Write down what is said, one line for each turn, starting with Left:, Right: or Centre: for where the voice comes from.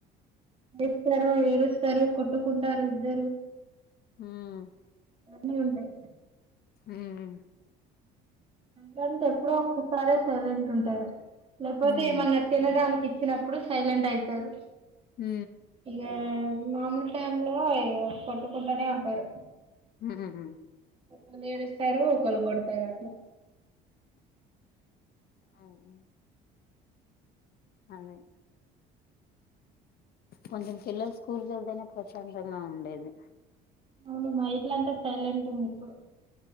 Right: లేస్తారు ఏడుస్తరు కొట్టుకుంటారు ఇద్దరు
Left: ము
Right: అన్నీ ఉంటాయి.
Left: ము
Right: కంటే ఎప్పుడో ఒక్కసారే సైలెంట్ ఉంటారు లేకపోతే
Left: హ్మ్
Right: ఏమన్నా తినడానికి ఇచ్చినప్పుడు సైలెంట్ అయితారు.
Left: హ
Right: ఇగా మామూలు టైమ్ లో ఇగ కొట్టుకుంటనే ఉంటారు.
Left: ఉహు
Right: ఒకరు ఏడుస్తారు ఒకల్ కొడతారు అట్లా.
Left: అవునా అనే కొంచం పిల్లలు స్కూల్కి ఎళ్తేనే ప్రశాంతంగా ఉండేది
Right: అవును మ ఇల్లయితే సైలెంట్ ఉంది ఇప్పుడు